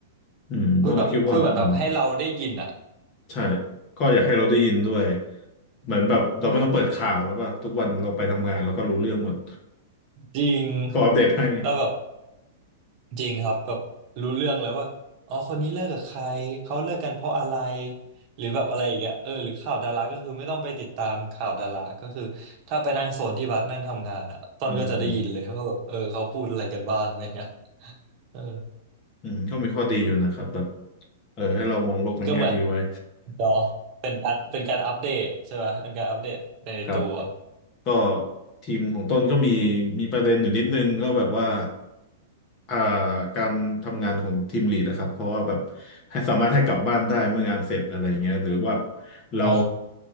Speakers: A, on the left; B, on the right.
A: อืมต้องก็คิดว่าอืม
B: คุยแบบคุยเหมือนแบบให้เราได้ยินอ่ะ
A: ใช่ก็อยากให้เราได้ยินด้วยเหมือนแบบเราไม่ต้องเปิดข่าวแล้วป่ะทุกวันเราไปทำงานเราก็รู้เรื่องหมด
B: เออจริง
A: เขาอัปเดตให้
B: แล้วแบบ จริงครับแบบรู้เรื่องเลยว่าอ๋อคนนี้เลิกกับใครเขาเลิกกันเพราะอะไรหรือแบบอะไรอย่างเงี้ยเออหรือข่าวดาราก็คือไม่ต้องไปติดตามข่าวดาราก็คือถ้าไปนั่งโซนที่วัดนั่งทำงานอ่ะตอนก็จะได้ยินเลยว่าแบบเออเขาพูดอะไรกันบ้างอะไรเงี้ย
A: อืม
B: เออ
A: อืมก็มีข้อดีอยู่นะครับแบบเออให้เรามองโลกในแง่ดีไว้
B: ก็เหมือนเนาะเป็นการเป็นการอัปเดตใช่ไหมเป็นการอัปเดตไปในตัว
A: ครับก็ทีมของต้นก็มีมีประเด็นอยู่นิดนึงก็แบบว่า อ่าการทำงานของทีมลีดนะครับเพราะว่าแบบให้สามารถให้กลับบ้านได้เมื่องานเสร็จอะไรเงี้ยหรือว่าเรา
B: อ๋อ